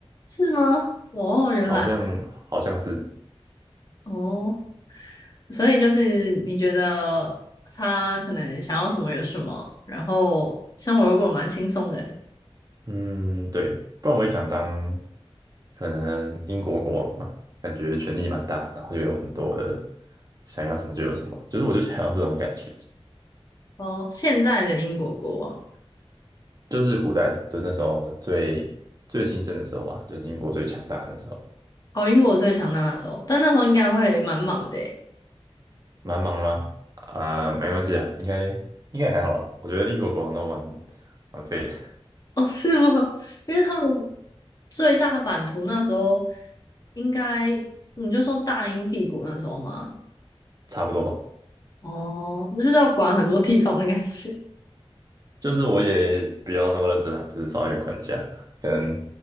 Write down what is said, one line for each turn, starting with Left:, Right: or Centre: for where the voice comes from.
Left: 是吗？哦，原来
Right: 好像好像是，
Left: 哦，所以就是你觉得他可能想要什么有什么，然后生活又过得蛮轻松的。
Right: 嗯，对，不然我也想当可能英国国王吧，感觉权力蛮大，然后又有很多的想要什么就有什么，就是我就想要这种感觉，
Left: 哦，现在的英国国王，
Right: 就是古代的，就是那时候最最兴盛的时候吧，就是英国最强大的那时候。
Left: 哦，英国最强大那时候，但那时候应该会蛮忙的诶
Right: 蛮忙的吗？啊、没关系啊，应该应该还好啦。我觉得英国国王都蛮蛮废的，
Left: 哦，是吗？<laughs> 因为他们最大版图那时候应该你就说大英帝国那时候嘛，
Right: <laughs> 差不多吧。
Left: 哦，那就是要管很多地方的感觉。
Right: 就是我也比较那么认真啊，就是稍微管一下，可能